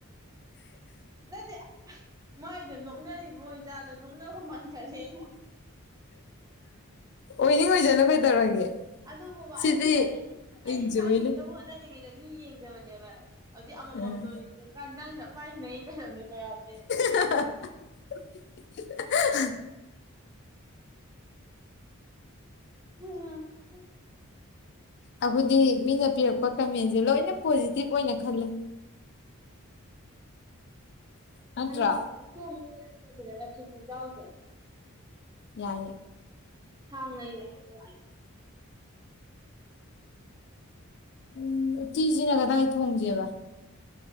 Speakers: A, on the right; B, on the left.
A: ꯅꯠꯇꯦ ꯃꯥꯏꯗꯣ ꯅꯣꯛꯅꯔꯤꯕ ꯑꯣꯏ ꯖꯥꯠꯂ ꯅꯣꯛꯅꯕ ꯃꯥꯟꯈꯔꯥꯅꯤ ꯑꯩꯉꯣꯟꯗ
B: ꯑꯣꯏꯅꯤꯡ ꯑꯣꯏꯖꯅꯨ ꯀꯩꯗꯧꯔꯒꯦ
A: ꯑꯗꯨꯕꯨꯕ
B: ꯁꯤꯗꯤ
A: ꯑꯩꯩ ꯉꯁꯥꯏꯒꯤ ꯑꯩ
B: ꯏꯟꯖꯣꯏꯅ
A: ꯏꯁꯥ ꯌꯦꯡꯅꯕ ꯍꯣꯠꯅꯔꯤꯉꯩꯗ ꯃꯤ ꯌꯦꯡꯗꯕꯅꯦꯕ ꯍꯧꯖꯤꯛ ꯑꯃꯃꯝꯇ
B: ꯎꯝ
A: ꯑꯣꯏꯅ ꯌꯦꯡ ꯅꯪꯅ ꯈ꯭ꯋꯥꯏ ꯅꯩ ꯂꯩꯔꯝꯃꯦ ꯃꯌꯥꯝꯗꯩ
B: <unintelligible>
A: ꯎꯝ <unintelligible>
B: ꯑꯈꯣꯏꯗꯤ ꯃꯤꯅ ꯄꯤꯔꯛꯄ ꯀꯃꯦꯟꯁꯦ ꯂꯣꯏꯅ ꯄꯣꯖꯤꯇꯤꯚ ꯑꯣꯏꯅ ꯈꯜꯂꯦ ꯅꯠꯇ꯭ꯔꯣ
A: ꯍꯌꯦꯡꯗꯤ <unintelligible> ꯈꯥꯖꯤꯡ ꯆꯥꯎꯖꯦ
B: ꯌꯥꯏꯌꯦ
A: ꯍ <unintelligible>
B: ꯎꯝ ꯎꯇꯤꯖꯤꯅ ꯀꯗꯥꯏ ꯊꯣꯡꯖꯦꯕ